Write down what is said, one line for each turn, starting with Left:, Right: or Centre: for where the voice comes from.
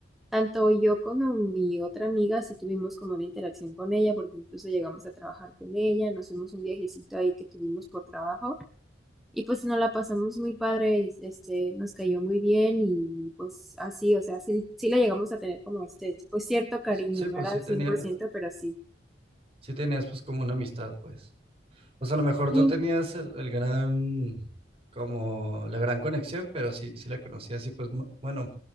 Centre: tanto yo como mi otra amiga sí tuvimos como una interacción con ella, porque incluso llegamos a trabajar con ella, nos fuimos un viajecito ahí que tuvimos por trabajo y pues nos la pasamos muy padre, y, este, nos cayó muy bien y pues así, o sea, sí, sí la llegamos a tener como este, pues cierto cariño,
Right: Sí, sí,
Centre: no
Right: pues
Centre: era
Right: sí
Centre: al cien
Right: tenía,
Centre: por ciento pero sí.
Right: sí tenías pues como una amistad, pues. O sea, a lo mejor
Centre: Sí,
Right: no tenías el, el gran, como la gran conexión, pero sí, sí la conocías y pues, mu- bueno,